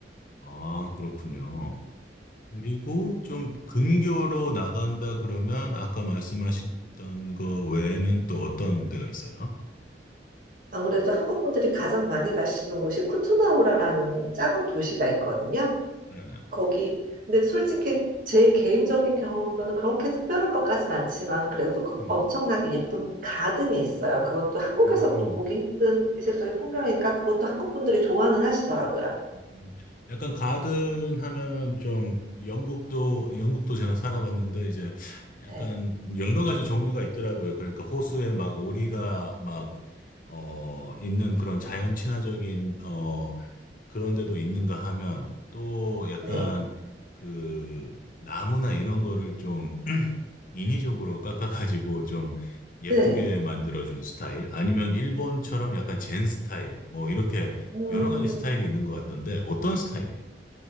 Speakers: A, on the left; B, on the right.
A: 아, 그렇군요. 그리고 좀 근교로 나간다 그러면 아까 말씀하셨던 거 외에는 또 어떤 데가 있어요?
B: 아무래도 한국 분들이 가장 많이 가시는 곳이 쿠투나우라라는 작은 도시가 있거든요.
A: 네네.
B: 거기 근데 솔직히 제 개인적인 경험으로는 그렇게 특별할 것까진 않지만 그래도 거-
A: 음,
B: 엄청나게 예쁜 가든이 있어요. 그것도 한국에서
A: 음,
B: 또 보기 힘든 이색적인 풍경이니까 그것도 한국 분들이 좋아는 하시더라고요.
A: 음. 약간 가든 하면은 좀 영국도 영국도 제가 살아봤는데 이제 약간
B: 네,
A: 여러 가지 종류가 있더라고요. 그러니까 호수에 막 오리가 막 어 있는 그런 자연 친화적인 어, 그런데도 있는가 하면 또 약간
B: 네,
A: 그 나무나 이런 거를 좀 <clears throat> 인위적으로 깎아가지고 좀 예쁘게
B: 네.
A: 만들어준 스타일 아니면 일본처럼 약간 젠 스타일 뭐 이렇게
B: 음,
A: 여러 가지 스타일이 있는 것 같던데 어떤 스타일이에요?